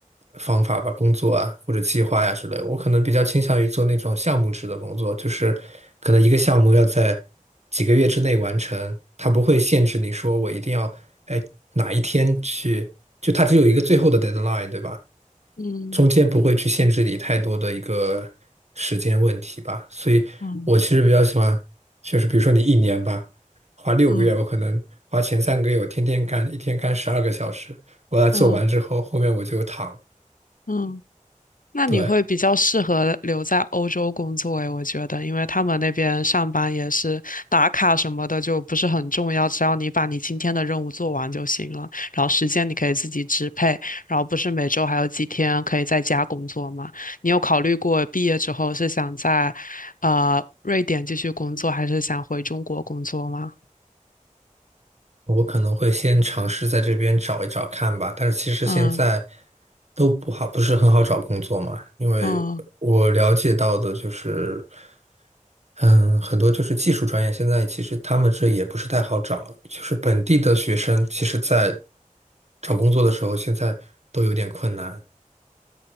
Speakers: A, on the right (about 55°); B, on the left (about 80°).
A: 方法吧，工作啊或者计划呀、之类的我可能比较倾向于做那种项目制的工作，就是可能一个项目要在几个月之内完成，它不会限制你说我一定要哎哪一天去，就它只有一个最后的 deadline，对吧？
B: 嗯
A: 中间不会去限制你太多的一个时间问题吧，所以我其实比较喜欢，
B: 嗯
A: 就是比如说你一年吧，花六个月，
B: 嗯
A: 我可能花前三个月我天天干，一天干十二个小时，我把它做完之后，
B: 嗯
A: 后面我就躺。
B: 嗯，那你会比较适合留在欧洲工作诶，
A: 对，
B: 我觉得，因为他们那边上班也是打卡什么的，就不是很重要，只要你把你今天的任务做完就行了，然后时间你可以自己支配，然后不是每周还有几天可以在家工作吗？你有考虑过毕业之后是想在呃瑞典继续工作，还是想回中国工作吗？
A: 我可能会先尝试在这边找一找看吧，但是其实现在
B: 嗯
A: 都不好，不是很好找工作嘛，因为我了解到的就是，
B: 嗯。
A: 嗯，很多就是技术专业，现在其实他们这也不是太好找，就是本地的学生，其实在找工作的时候，现在都有点困难。